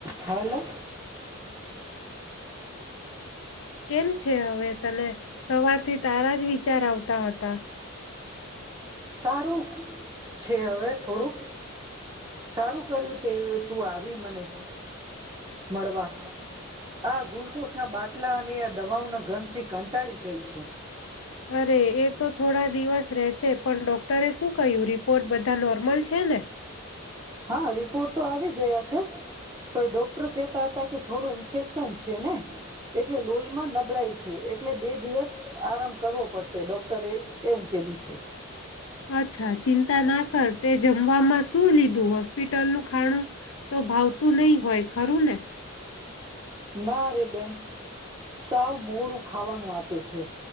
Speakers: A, on the right; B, on the left.
A: Hello.
B: કેમ છે હવે તને સવારથી તારા જ વિચાર આવતા હતા.
A: સારું છે હવે થોડુંક સારું કર્યું તે તું આવી મને મળવા આ ગ્લુકોઝ ના બાટલા અને આ દવાઓના ઘર થી કંટાળી ગઈ છું.
B: અરે એ. તો થોડા દિવસ રહેશે. પણ ડોક્ટરે શું કહ્યું રિપોર્ટ બધા નોર્મલ છે ને.
A: હા રિપોર્ટ તો આવી ગયા છે. પણ ડોક્ટર કેતા હતા કે થોડો ઇન્ફેક્શન છે ને એટલે લોહીમાં નબળાઈ છે એટલે બે દિવસ આરામ કરવો પડશે ડોક્ટરે એવું કધું છે.
B: અચ્છા ચિંતા ના કર તે જમવામાં શું લીધું હોસ્પિટલનું ખાણું તો ભાવતું નહી હોય. ખરું ને
A: ના રે બેન સાવ મોડું ખાવાનું આપે છે